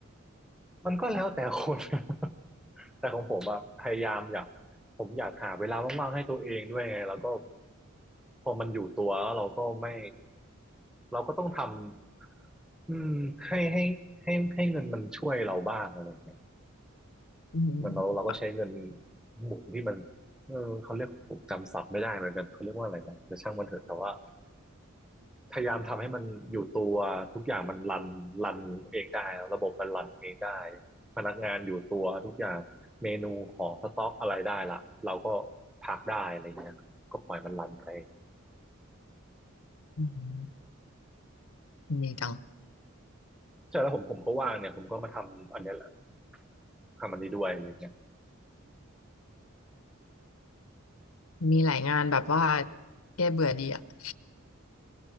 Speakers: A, in the centre; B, on the left.
A: มันก็แล้วแต่คน <laughs> แต่ของผมอะพยายามอยากผมอยากหาเวลาว่างๆให้ตัวเองด้วยไงแล้วก็พอมันอยู่ตัวแล้วเราก็ไม่เราก็ต้องทำอืมให้ให้ให้ให้เงินมันช่วยเราบ้างอะไรอย่างเงี้ย
B: อืม
A: เหมือนเราเราก็ใช้เงิน
B: ค่ะ
A: หมุนที่มันเออเขาเรียกผมจำศัพท์ไม่ได้เหมือนกันเขาเรียกว่าอะไรนะแต่ช่างมันเถอะแต่ว่าพยายามทำให้มันอยู่ตัวทุกอย่างมันรันรันเองได้ระบบมันรันเองได้พนักงานอยู่ตัวทุกอย่างเมนูของสต็อกอะไรได้ละเราก็พักได้อะไรอย่างเงี้ยครับก็ปล่อยมันรันไป
B: อืมดีจัง
A: ใช่แล้วผมผมก็ว่างเนี่ยผมก็มาทำอันเนี้ยแหละทำอันนี้ด้วยอะไรเงี้ย
B: มีหลายงานแบบว่าแก้เบื่อดีอะ <laughs>